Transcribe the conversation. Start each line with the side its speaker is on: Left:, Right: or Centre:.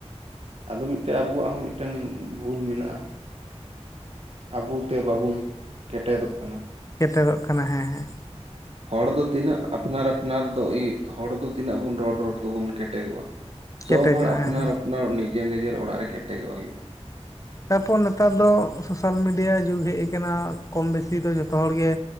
Right: ᱟᱫᱚ ᱢᱤᱫᱴᱮᱱ ᱟᱵᱚᱣᱟᱜ ᱦᱚᱸ ᱢᱤᱫᱴᱮᱱ ᱵᱷᱩᱞ ᱢᱮᱱᱟᱜᱼᱟ ᱟᱵᱚ ᱛᱮ ᱵᱟᱵᱚᱱ ᱠᱮᱴᱮᱫᱚᱜ ᱠᱟᱱᱟ
Left: ᱴᱮᱫᱚᱜ ᱠᱟᱱᱟ ᱦᱮᱸ ᱦᱮᱸ
Right: ᱦᱚᱲ ᱫᱚ ᱛᱤᱱᱟᱹᱜ ᱟᱯᱱᱟᱨ ᱟᱯᱱᱟᱨ ᱫᱚ ᱤ ᱦᱚᱲ ᱫᱚ ᱛᱤᱱᱟᱹᱜ ᱵᱚᱱ ᱨᱚᱲ ᱨᱚᱲ ᱛᱮᱫᱚ ᱵᱚᱱ ᱠᱮᱴᱮᱡᱚᱜᱼᱟ ᱥᱚᱵ
Left: ᱠᱮᱴᱮᱡᱚᱜ
Right: ᱦᱚᱲ ᱟᱯᱱᱟᱨ
Left: ᱦᱮᱸ ᱦᱮᱸ
Right: ᱟᱯᱱᱟᱨ ᱱᱤᱡᱮᱨ ᱱᱤᱡᱮᱨ ᱚᱲᱟᱜ ᱨᱮ ᱠᱮᱴᱮᱡᱚᱜ ᱦᱩᱭᱩᱜ-ᱟ
Left: ᱛᱟᱨᱯᱚᱨ ᱱᱮᱛᱟᱨ ᱫᱚ <inaudible> ᱡᱩᱜᱽ ᱦᱮᱡ ᱟᱠᱟᱱᱟ ᱠᱚᱢ ᱵᱮᱥᱤ ᱫᱚ ᱡᱷᱚᱛᱚ ᱦᱚᱲ ᱜᱮ